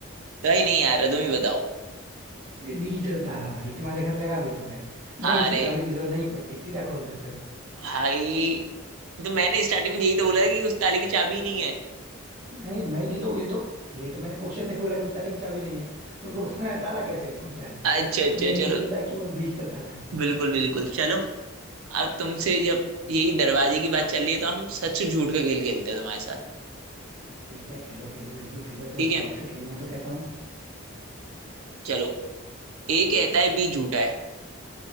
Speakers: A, on the right; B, on the right.
A: भाई नहीं आ रहा तुम ही बताओ
B: ये डिजिटल ताला भाई तुम्हारे घर लगा भी तो है नहीं
A: अरे
B: इसकी चाबी की जरूरत नहीं पड़ती सीधा खोल लेते हो
A: भाई तो मैंने स्टार्टिंग में यही तो बोला था कि उस ताले की चाबी ही नहीं है
B: नहीं मैं ये तो ये तो ये तो मैंने क्वेश्चन नहीं बोला कि उस ताले की चाबी नहीं है तुमको बताना है ताला कैसे खुलता है
A: अच्छा अच्छा
B: तुमने ये
A: चलो
B: थोड़ी बताया कि वो डिजिटल ताला है
A: बिल्कुल बिल्कुल चलो अब तुमसे जब यही दरवाजे की बात चल रही है तो हम सच झूठ का खेल खेलते हैं तुम्हारे साथ
B: ठीक है खेलो खेलो बिल्कुल खेलो एकदम
A: ठीक है
B: शौक से खेलो मैं तो कहता हूँ
A: चलो ए कहता है बी झूठा है